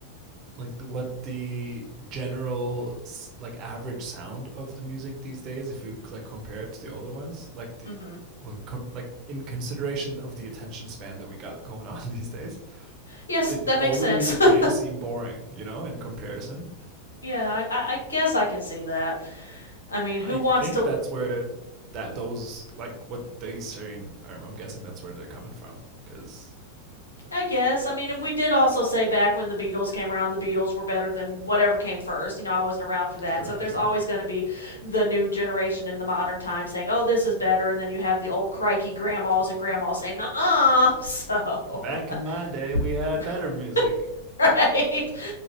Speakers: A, on the right; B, on the left.
A: like the, what the general like average sound of the music these days if you like compare it to the older ones like the
B: Mm-hmm.
A: like, com- like in consideration of the attention span that we got <laughs> going on these days
B: Yes,
A: it, the
B: that
A: older
B: makes sense.
A: music can
B: <laughs>
A: seem boring you know in comparison
B: Yeah, I, I guess I can see that. I mean,
A: i
B: who wants
A: think
B: to?
A: that's where that those like what they're saying i'm guessing that's where they're coming from because
B: I guess. I mean, and we did also say back when the Beatles came around, the Beatles were better than whatever came first. You know, I wasn't around for that.
A: true
B: So there's
A: true
B: always going to be the new generation in the modern time saying, oh, this is better. And then you have the old crikey grandmas and grandmas saying, uh uh. So,
A: back in my day we
B: <laughs>
A: had better music
B: <laughs> right?